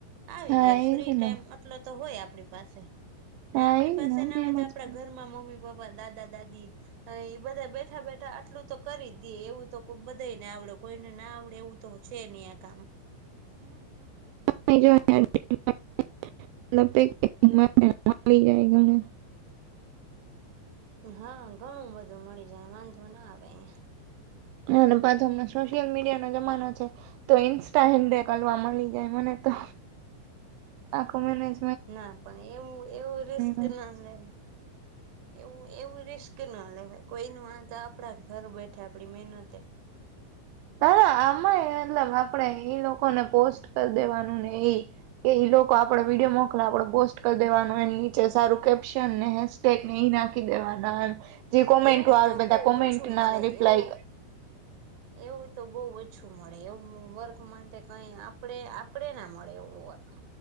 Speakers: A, on the right; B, on the right.
A: આવી
B: હા
A: ગયા
B: એજ
A: ફ્રી ટાઈમ
B: ને
A: ટલો તો હોય આપડી પાસે ને
B: હા
A: આપડી
B: એજ
A: પાસે
B: ને અમે
A: ના હોય
B: એમ
A: તો
B: જ
A: આપડા ઘરમાં મમ્મી પપ્પા, દાદા-દાદિ અઈ બધા બેઠા બેઠા આટલું તો કરી જ દેએ એવું તો કોક બધા ને આવડે કોઈને ના આવડે એવું તો છે એની આ કામ
B: <unintelligible> <inaudible> <unintelligible> <inaudible>
A: હા ઘણું બધું મળી જાય વાંધો ના આવે અઈંયા.
B: અને પાછો હમણા સોશિયલ મીડિયાનો જમાનો છે. તો ઇન્સ્ટા હેન્ડેકલવા મળી જાય મને તો આખું મેનેજ
A: ના પણ એવું એવું રિસ્ક
B: ને
A: ના લેવ એવું એવું રિસ્ક ના લેવા કોઈનું આ તો આપણા ઘર બેઠા આપડી મહેનતે.
B: ના ના આમાં એટલે આપણેે ઈ લોકોને પોસ્ટ કર દેવાનું ને ઈ. કે ઈ લોકો આપડે વિડીયો મોકલા આપડે પોસ્ટ કરી દેવાનું એની નીચે સારું કેપ્શન ને હેસ ટેક ને ઈ નાખી દેવાના અન જે કોમેન્ટો
A: એવું
B: આવે
A: તો
B: બધા
A: બહુ
B: કોમેન્ટ
A: ઓછું
B: ના
A: મળે
B: રિપ્લાય
A: એવું
B: ક
A: એવું તો બહુ ઓછું મળે એવું વર્ક માટે કઈ આપડે આપડે ના મળે એવું વર્ક.